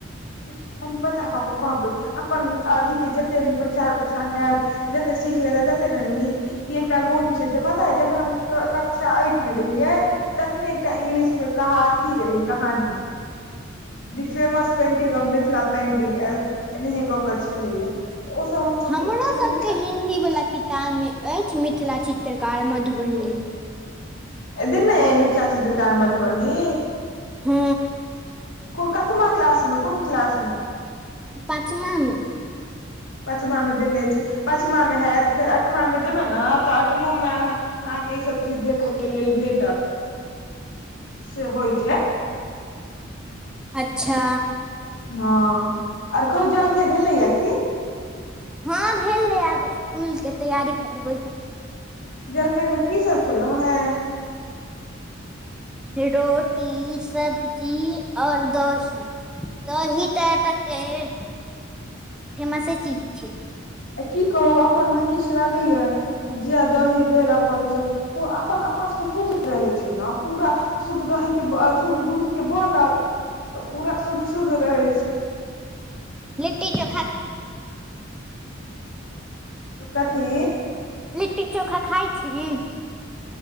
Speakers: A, on the left; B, in the centre.
A: कनि पता कऽक कहबै अपन अथि के जते प्रचार प्रसार हेयत। जते सीख लेते तते ने नीक ई एकटा गुण छै जे पता है जखन हम क कक्षा अइट मे रहियै। तखने एकटा इंग्लिश मे कह अथी रहै कहानी the famous painting of Mithila painting एनाहिय कऽक छलैया। ओसभ हमसभ
B: हमरो सब
A: मिथिला
B: के हिन्दी वला किताब मे अछि मिथिला चित्रकार मधुबनी।
A: दने ए मिथिला चित्रकार मधुबनी?
B: हँ।
A: को कतमा क्लास मे कुन क्लास मे?
B: पाँचमा मे
A: पचमा मे देने छै पंचमा मे हैत फेर अठमा मे जेबै न तऽ अठमो मे अहाँ अहाँके ईसभ चीज देखय के लेल भेटत। से होइ छै
B: अच्छा
A: हँ, आर कहु जलखै भेलैया की?
B: हँ भेलइ आब इसकुल के तैयारी करबै।
A: जलखै मे की सभ खेलहुं हें?
B: रोटी, सब्जी और दही। दही तऽ एत के फेमसे चीज छै।
A: अ की कहू अपन महींष लगैयै तऽ जैह दही भेल अपन से पो अपन अपन सभ के शुद्ध रहै छै न पूरा शुद्ध दही के शुद्ध दूध के बनल तऽ पूरा शुद्ध शुद्ध रहै छै।
B: लिट्टी चोखा
A: कथी?
B: लिट्टी चोखा खाइ छी?